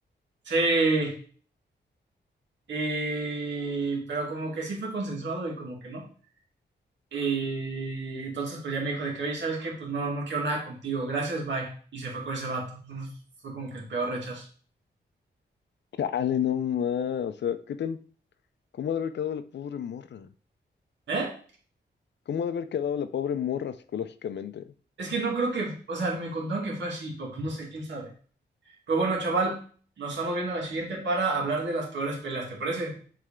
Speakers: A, on the right; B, on the left.
A: Sí, y- pero como que sí fue consensuado y como que no. Y entonces pues ya me dijo de que, oye, ¿sabes qué? Pues no, no quiero nada contigo, gracias, bye. Y se fue con ese vato. Entonces fue como que el peor rechazo.
B: chale, no más. O sea, ¿qué tan... ¿cómo ha de haber quedado la pobre morra?
A: ¿Eh?
B: ¿Cómo ha de haber quedado la pobre morra psicológicamente?
A: Es que no creo que, o sea, me contaron que fue así, pero pues no sé, quién sabe. Pero bueno, chaval, nos estamos viendo a la siguiente para hablar de las peores peleas, ¿te parece?